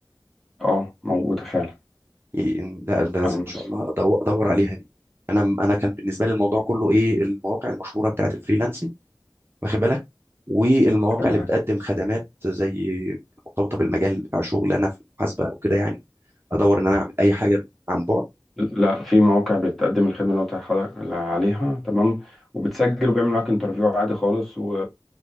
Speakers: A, in the centre; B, on the right.
A: اه موجوده فعلا
B: ي- ده ده لازم
A: على منصات
B: ان شاء الله أدو- ادور عليها دي انا انا كان بالنسبه لي الموضوع كله ايه المواقع المشهوره بتاعت الفريلانسنج واخد بالك والمواقع
A: تمام
B: اللي بتقدم خدمات زي مرتبطه بالمجال بتاع شغل انا في المحاسبه او كده يعني ادور ان انا اعمل اي حاجه عن بعد
A: لا في مواقع بتقدم الخدمه اللي قلت لحضرتك عليها تمام وبتسجل وبيعمل معاك انترفيو عادي خالص و...